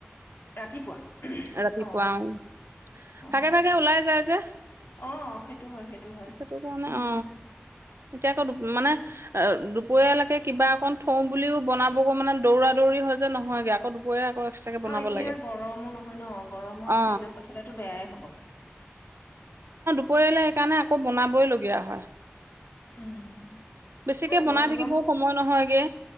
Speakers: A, on the left; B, on the right.
A: ৰাতিপুৱা
B: ৰাতিপুৱাও
A: অ অ
B: ভাগে ভাগে ওলাই যায় যে
A: অ সেইটো হয় হয়
B: সেইটো কাৰণে
A: উম
B: অ এতিয়া আকৌ মানে অ দুপৰীয়ালৈকে কিবা অকণ থও বুলিও বনাবকো মানে দৌৰা দৌৰি হয় যে নহয়গে আকৌ দুপৰীয়া আকৌ ইচাকে
A: আৰু
B: বনাব
A: এতিয়া
B: লাগে
A: গৰমো নহয় ন গৰমত
B: অ
A: ফ্ৰিজত নথলেতো বেয়াই হ'ব
B: পলে সেইকাৰণে আকৌ বনাবই লগীয়া হয়
A: উম
B: বেছিকে
A: এ
B: বনাই
A: গৰম
B: থাকিবও
A: গৰম
B: সময় নহয়গে